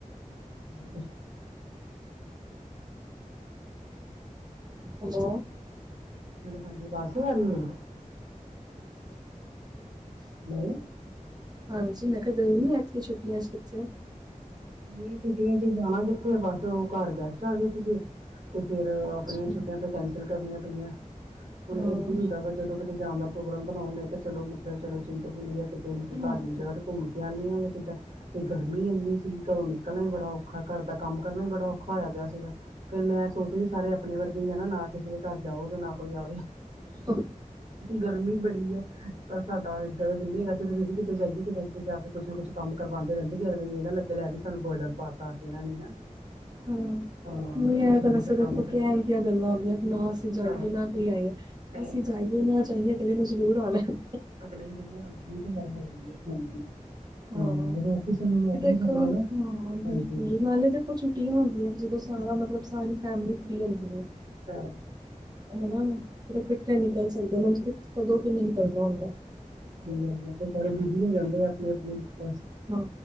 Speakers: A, on the right; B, on the right.
A: ਬੂਟੀ, <unintelligible>
B: ਹੋਲੈ।
A: ਹਾਂਜੀ, ਦਸ ਵਜ ਗਏ ਨੇ। ਨਹੀਂ।
B: ਹਾਂਜੀ, ਮੈਂ ਕਿਹਾ ਗਈ ਨਹੀਂ ਐਤਕੀ ਛੁੱਟੀਆਂ ਚ ਪਿਕਚਰ।
A: ਨਹੀਂ ਛੁੱਟੀਆਂ ਚ ਜਾਣਾ ਕਿੱਥੇ ਆ। ਬਸ ਉਹ ਘਰ ਗੈਸਟ ਆ ਗਏ ਸੀਗੇ। ਫਿਰ
B: ਅੱਛਾ।
A: ਆਪਣੀਆਂ ਛੁੱਟੀਆਂ, ਫਿਰ ਕੈਂਸਲ ਕਰਨੀਆਂ ਪਈਆਂ। ਹੁਣ
B: ਹੂੰ,
A: ਇਹ ਵੀ ਹੁੰਦਾ ਵਾ ਜਦੋਂ, ਕਿਤੇ ਜਾਣ ਦਾ ਪ੍ਰੋਗਰਾਮ ਬਣਾਓ। ਮੈਂ ਤਾਂ ਚਲੋ ਮਤਲਬ ਚਲੋ ਚਿੰਤ ਭੂਨੀ ਹੈ। ਤੇ ਪਹਾੜੀ
B: ਹੂੰ,
A: ਜਗਾ ਤੇ ਘੁੰਮ ਕੇ ਆਨੀ ਤਾਂ ਗਰਮੀ ਇੰਨੀ ਸੀ ਘਰੋਂ ਨਿਕਲਣਾ ਹੀ ਬੜਾ ਔਖਾ ਘਰ ਦਾ ਕੰਮ ਕਰਨਾ ਹੀ ਬੜਾ ਔਖਾ ਹੋਇਆ ਪਿਆ ਸੀਗਾ। ਮੈਂ ਸੋਚਦੀ ਸਾਰੇ ਆਪਣੇ ਵਰਗੇ ਹੀ ਹੈ ਨਾ, ਨਾ ਕਿਸੇ ਦੇ ਘਰ ਜਾਓ, ਤੇ ਨਾ ਕੋਈ ਆਵੇ।
B: ਹੂਂ।
A: ਗਰਮੀ ਬੜੀ ਆ ਪਰ, ਸਾਡਾ ਏਦਾਂ ਦਾ ਦਿਨ ਹੈਗਾ। ਅਸੀਂ ਕਿਤੇ ਜਾਈਏ ਕਿਤੇ-ਕਿਤੇ ਜਾ ਕੇ ਕੁਛ ਨਾ ਕੁਛ ਕੰਮ ਕਰਵਾਉਂਦੇ ਰਹਿੰਦੇ ਨਾ ਲੱਗੇ ਲੈ ਵੀ, ਸਾਨੂੰ ਬਰਡਨ ਪਾਤਾ। ਇਹਨਾਂ ਨੇ ਨਾ
B: ਹੂਂ।
A: ਹਾਂ
B: ਨਹੀਂ
A: ਕੁਛ
B: ਆ
A: ਨਾ ਕੁਛ
B: ਸਬ
A: ਕੰਮ
B: ਪੁੱਠੀਆਂ
A: ਤੇ
B: ਸਿੱਧੀਆਂ ਗੱਲਾਂ ਹੁੰਦੀਆਂ ਨਾ ਅਸੀਂ ਜਾਈਏ
A: ਹਾਂ
B: ਨਾ ਕੋਈ ਆਏ।
A: ਸਹੀ
B: ਅਸੀਂ
A: ਗੱਲ
B: ਜਾਈਏ
A: ਹੈ
B: ਨਾ ਜਾਈਏ ਅਗਲੇ ਨੂੰ ਜਰੂਰ ਆਣਾ ਏ।
A: ਅਗਲੇ ਨੇ ਜਰੂਰ ਆਣਾ, ਪਾਏ ਮੂੰਹ ਤੇ ਬੋਲੀਏ ਹਾਂਜੀ।
B: ਹਾਂ-ਹਾਂ,
A: ਹਾਂ ਰੋਕ ਕਿਸੇ ਨੂੰ ਰੋਕ
B: ਕਿ ਦੇਖੋ
A: ਨਹੀਂ ਸਕਦੇ
B: ਹਾਂ
A: ਨਾ ਹਾਂਜੀ
B: ਬਿਲਕੁਲ ਨਾਲੇ ਦੇਖੋ ਛੁੱਟੀਆਂ ਹੁੰਦੀਆਂ ਜਦੋਂ ਸਾਰਾ ਮਤਲਬ ਸਾਰੀ ਫੈਮਲੀ ਫਰੀ ਹੁੰਦੀ ਏ।
A: ਪੜ
B: ਉਹ ਨਾ, ਫਿਰ ਉਹ ਕੱਠੇ ਨਿਕਲ ਸਕਦੇ, ਉਹ ਕਦੋਂ ਕਿ ਨੀ ਨਿਕਲਣਾ ਹੁੰਦਾ।
A: ਸਹੀ ਗੱਲ ਐ ਫਿਰ ਸਾਰੇ ਬਿਜ਼ੀ ਹੋ ਜਾਂਦੇ ਆਪਣੀ-ਆਪਣੀ ਬਸ।
B: ਹਾਂ,